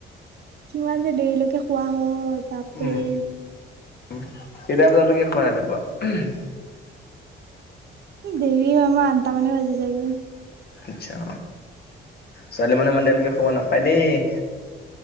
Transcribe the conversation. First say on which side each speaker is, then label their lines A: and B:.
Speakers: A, on the right (about 55°); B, on the left (about 55°).
A: কিমান যে দেৰিলৈকে শুৱা হয়, বাপৰে-
B: উম, কেইটা বজালৈকে শুৱা ৰাতিপুৱা উমহ-
A: দেৰি হয় মই আঠটা মানে বাজি যায়গৈ।
B: আচ্ছা, ছোৱালী মানুহ ইমান দেৰিলৈকে শুব নাপায় দেই